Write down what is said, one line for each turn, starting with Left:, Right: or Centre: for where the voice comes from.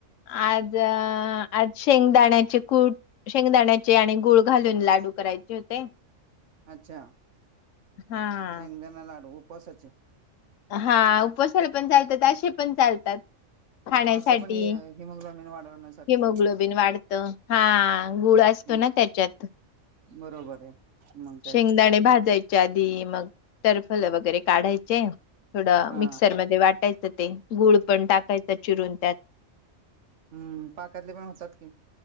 Left: आज, आज शेंगदाण्याचे कूट शेंगदाण्याचे आणि गूळ घालून, लाडू करायचे होते.
Right: अच्छा!
Left: हा
Right: शेंगदाणा लाडू, उपवासाचे?
Left: हा. उपवासाला पण चालतात, असे पण चालतात. खाण्यासाठी,
Right: हो असं पण हिमोग्लोबिन वाढवण्यासाठी
Left: हिमोग्लोबिन
Right: चालते
Left: वाढतं. हा, गुळ अस
Right: मग
Left: तो ना त्याच्यात.
Right: बरोबर आहे. मग काय
Left: शेंगदाणे
Right: तर.
Left: भाजायचे आधी, मग टरफल वगैरे काढायचे थोडं
Right: हा
Left: मिक्सरमध्ये वाटायचं ते, गुळ पण टाकायचं चिरून त्यात.
Right: हम्म, पाकातले पण होतात की.